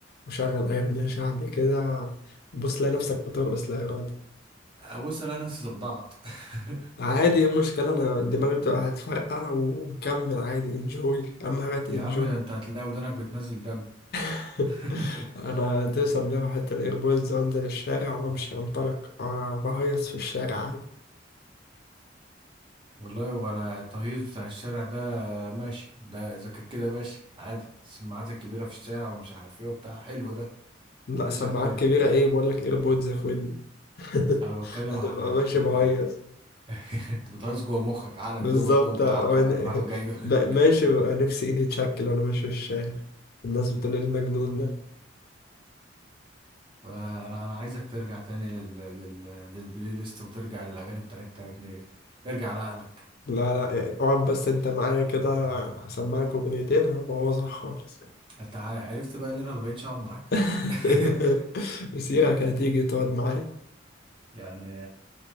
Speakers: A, on the left; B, on the right.
A: وشغل اي اغنية شعبي كده بص تلاقي نفسك بترقص لا إرادة
B: ابص انا نفسي صدعت <laughs>
A: عادي ايه المشكلة انا دماغي بتبقى هتفرقع ومكمل عادي انجوي اهم حاجة
B: يا
A: انجوي
B: عم ده انت هتلاقي ودانك بتنزل دم
A: <laughs>
B: <laughs>
A: انا توصل بيهم حتى الايربودز وانزل الشارع وامشي انطلق آه، بهيص في الشارع عادي
B: والله هو انا التهيص بتاع الشارع ده ماشي ده اذا كان كده ماشي عادي السماعات الكبيره في الشارع ومش عارف ايه وبتاع حلو ده
A: لا
B: ده
A: سماعات
B: شغال
A: كبيرة ايه بقول لك ايربودز في ودني <laughs>
B: انا بتكلم
A: انا
B: على
A: ببقى ماشي
B: ال...
A: بهيص
B: ال... ال... <laughs> انت بتهيص جوه مخك عقلك
A: بالظبط
B: بيرقص جوه بيعقب
A: انا
B: وبيروح جاي
A: <laughs>
B: <laughs>
A: ما- ماشي ببقى نفسي ايدي تشكل وانا ماشي في الشارع الناس بتقول لي المجنون ده
B: انا انا أنا عايزك ترجع تاني لل... لل... للبلاي ليست وترجع للاغاني بتاعتها يا ابني ارجع لعقلك
A: لا لا إيه، اقعد بس انت معايا كده هسمعك اغنيتين هبوظها خالص
B: انت ع- عرفت بقى ان انا ما بقتش اقعد معاك
A: <laughs>
B: <laughs>
A: مسيرك هتيجي تقعد معايا
B: يعني